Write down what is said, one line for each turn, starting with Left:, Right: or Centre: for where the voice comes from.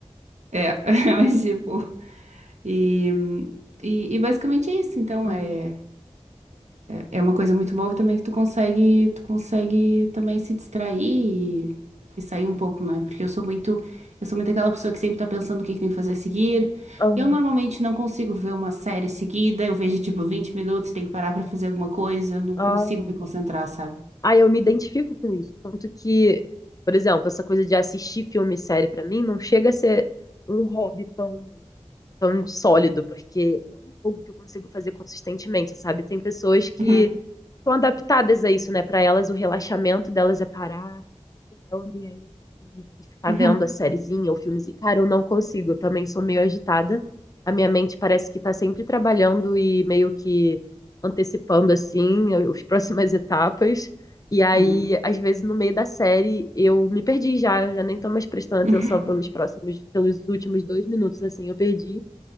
Right: É, <laughs> mas tipo, e, e, e basicamente é isso. Então
Left: Uhum,
Right: é. É uma coisa muito boa também que tu consegue, tu consegue também se distrair e, e sair um pouco, né? Porque eu sou muito, eu sou muito aquela pessoa que sempre tá pensando o que que tem que fazer a seguir.
Left: uhum,
Right: Eu
Left: aham,
Right: normalmente não consigo ver uma série seguida, eu vejo tipo 20 minutos, tenho que parar pra fazer alguma coisa, não
Left: aham.
Right: consigo me concentrar, sabe?
Left: Ah, eu me identifico com isso. Tanto que, por exemplo, essa coisa de assistir filme e série pra mim não chega a ser um hobby tão. tão sólido, porque não é algo que eu consigo fazer consistentemente, sabe? Tem pessoas que
Right: Uhum,
Left: estão adaptadas a isso, né? Para elas, o relaxamento delas é parar, para o ambiente e e ficar
Right: uhum,
Left: vendo a sériezinha ou filmezinho. Cara, eu não consigo, eu também sou meio agitada. A minha mente parece que tá sempre trabalhando e meio que antecipando, assim, as <laughs> próximas etapas. E aí,
Right: uhum,
Left: às vezes, no meio da série, eu me perdi já, eu já nem tô mais prestando atenção
Right: uhum,
Left: pelos
Right: <laughs>
Left: próximos, pelos últimos dois minutos, assim, eu perdi.